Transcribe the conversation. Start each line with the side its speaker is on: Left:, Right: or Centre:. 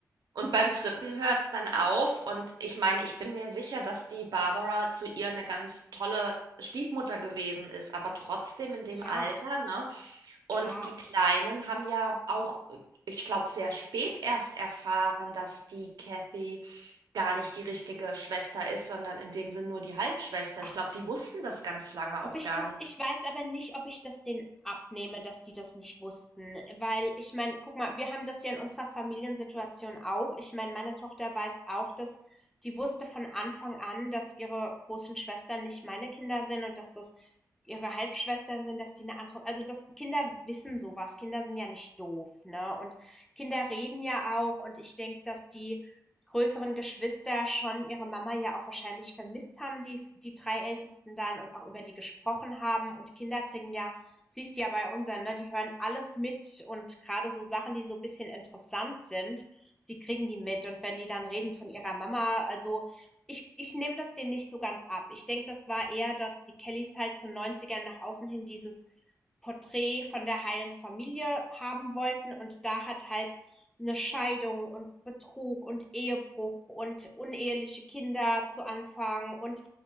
Right: und beim dritten hört es dann auf. Und ich meine, ich bin mir sicher, dass die Barbara zu ihr eine ganz tolle Stiefmutter gewesen ist, aber trotzdem in dem
Centre: <laughs> ja,
Right: Alter, ne? Und
Centre: klar,
Right: die Kleinen haben ja auch, ich glaube, sehr spät erst erfahren, dass die Kathy gar nicht die richtige Schwester ist, sondern in dem Sinn nur die Halbschwester.
Centre: Ach,
Right: Ich glaube, die wussten das ganz lange
Centre: Ob
Right: auch
Centre: ich
Right: gar
Centre: das
Right: nicht.
Centre: ich weiß aber nicht, ob ich das denen abnehme, dass die das nicht wussten, weil ich meine, guck mal, wir haben das ja in unserer Familiensituation auch. Ich meine, meine Tochter weiß auch, dass die wusste von Anfang an, dass ihre großen Schwestern nicht meine Kinder sind und dass das ihre Halbschwestern sind, dass die eine andere, also das Kinder wissen sowas. Kinder sind ja nicht doof, ne? Und Kinder reden ja auch und ich denke, dass die größeren Geschwister schon ihre Mama ja auch wahrscheinlich vermisst haben, die, die drei Ältesten dann und auch über die gesprochen haben. Und Kinder kriegen ja, siehst du ja bei unseren, ne, die hören alles mit und gerade so Sachen, die so ein bisschen interessant sind, die kriegen die mit. Und wenn die dann reden von ihrer Mama, also ich, ich nehme das denen nicht so ganz ab. Ich denke, das war eher, dass die Kellys halt zu 90ern nach außen hin dieses Porträt von der heilen Familie haben wollten. Und da hat halt eine Scheidung und Betrug und Ehebruch und uneheliche Kinder zu Anfang und